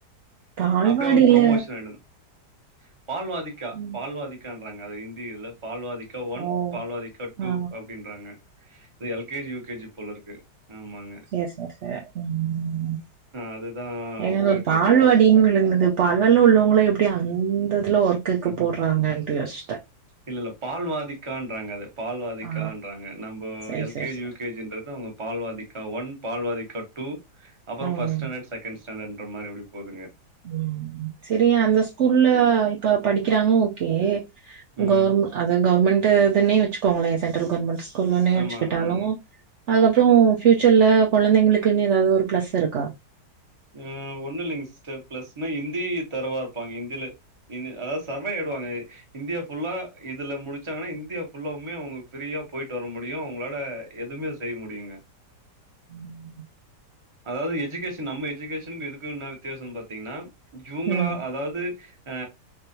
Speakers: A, on the right (about 65°); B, on the right (about 20°).
A: பால்வாடில
B: அப்டியே அவங்க பிரமோஷன் ஆயிடுனு பால்வாதிக்கா
A: ம்.
B: பால்வாதிக்கான்றாங்க அது இந்தியில பால்வாதிக் கா ஒன்
A: ஓ!
B: பால்வாதிக்கா டூ
A: ஆ.
B: அப்டின்றாங்க இது L K G U K G போல இருக்கு ஆமாங்க
A: சேரி சேரி சேரி ம்
B: அதுதான்
A: எங்களதுல
B: போயிட்டுருக்கோம்.
A: பால்வாடின்னு ஒன்னு இருந்தது பகல்ல உள்ளவங்கள எப்டி அந்தததுல ஒர்க்குக்கு
B: ம்
A: போடுறாங்கன்ட்டு யோசிச்சிட்டே
B: இல்ல இல்ல பால்வாதிக்கான்றாங்க அத பால்வாதிக்கான்றாங்க
A: ஆ
B: நம்ம
A: சேர்
B: எல்
A: சேர்
B: கே
A: சேர்
B: ஜி யூ கே ஜி ன்றது அவங்க பால்வாதிக்கா ஒன் பால்வதிக்கா டூ அப்பறோ
A: ம்
B: ஃபஸ்ட் ஸ்டேண்டர்டு செகண்ட் ஸ்டேண்டர்ன்ற மாறி அப்டி போகுதுங்க
A: ம் செரி அந்த ஸ்கூல்ல இப்ப படிக்கிறாங்க ஓக்கே
B: ம்.
A: கவர்மெண் அது கவர்மெண்ட்டுதுன்னே வச்சுக்கோங்களே சென்ட்ரல் கவர்மெண்ட் ஸ்கூல்லுனே
B: ஆமா,
A: வெச்சுக்கிட்டாலு
B: ஆமாங்க.
A: அதுக்கப்பறோ ஃபியூச்சர்ல கொழந்தைங்களுக்குன்னு ஏதாவது ஒரு பிளஸ் இருக்கா
B: ஆ ஒன்னு இல்லைங்க சிஸ்டர் பிளஸ்ன்னா ஹிந்தி தரவா இருப்பாங்க ஹிந்தியில இது அதாவது சர்வே ஆயிடுவாங்க இந்தியா புல்லா இதுல முடிச்சாங்கன்னா இந்தியா ஃபுல்லாவுமே அவங்க பிரீயா போயிட்டு வர முடியு அவங்களாள எதுமே செய்முடியுங்க
A: ம்
B: அதாவது எஜுகேஷன் நம்ம எஜீ கேஷனுக்கு இதுக்கு ன்ன வித்தியாசம்னு பாத்தீங்கன்னா இவ்ங்களா
A: ம்
B: அதாவது ஆ